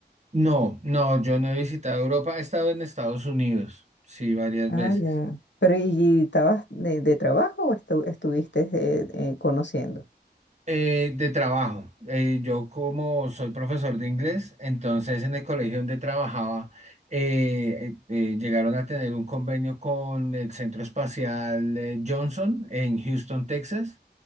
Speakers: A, on the right; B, on the left.
A: No, no, yo no he visitado Europa, he estado en Estados Unidos, sí, varias
B: Ah,
A: veces.
B: ya. Pero ¿y estabas de, de trabajo o estu- estuviste eh, eh, conociendo?
A: Eh, de trabajo. Eh, yo como soy profesor de inglés, entonces en el colegio donde trabajaba eh, eh, eh, llegaron a tener un convenio con el Centro Espacial eh, Johnson en Houston, Texas,